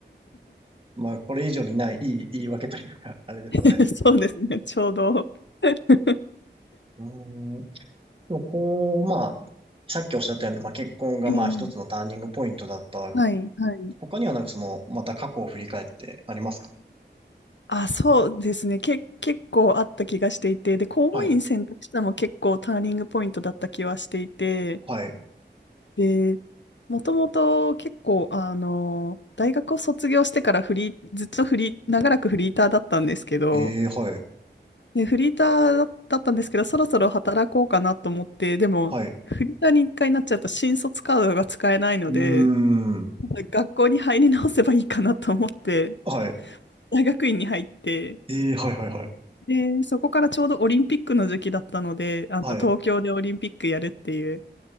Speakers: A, on the right; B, on the left.
A: まあ、これ以上にない、いい言い訳というか、あれですよね。
B: <laughs> そうですね、ちょうど。<laughs>
A: うーん。でもこう、まあ、さっきおっしゃったように、まあ、結婚がまあ一つのターニングポイントだった。
B: ええはい、はい。
A: 他にはなんかその、また過去を振り返ってありますか
B: あ、そうですね。け、結構あった気がしていて、で、公務員選択したのも結構ターニングポイントだった気はしていて、
A: はい。はい。
B: で、もともと結構、あの、大学を卒業してからフリー、ずっとフリー、長らくフリーターだったんですけど、
A: ええはい。
B: で、フリーターだだったんですけど、そろそろ働こうかなと思って、でも、
A: はい。
B: フリーターに一回なっちゃうと新卒カードが使えないので、
A: うーん。
B: 学校に入り直せばいいかなと思って、
A: はい。
B: 大学院に入って、
A: ええはいはいはい。
B: で、そこからちょうどオリンピックの時期だったので、あの東京でオリンピックやるっていう、
A: はい。